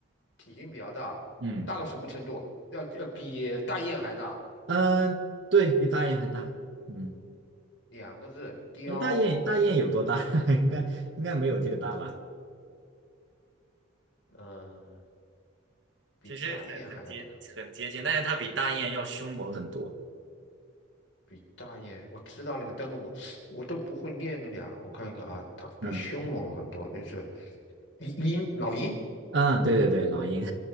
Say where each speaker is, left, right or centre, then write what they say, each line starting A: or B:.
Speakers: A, on the left; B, on the right.
A: 体型比较大，
B: 嗯
A: 大到什么程度啊？要要比大雁还大，
B: 嗯，呃对比大雁还大，嗯，
A: 两个字，雕，
B: 哎，大雁大雁有多大？<laughs> 应该应该没有这个大吧？
A: 嗯、比大雁还要大，
B: 其实很很接很接近，但是它比大雁要凶猛很多，
A: 比大雁，我知道那个，但是我我都不会念那两，我看一看啊，大比凶猛很多，
B: 嗯
A: 那是鹰，鹰老鹰，
B: 嗯，对对对，老鹰，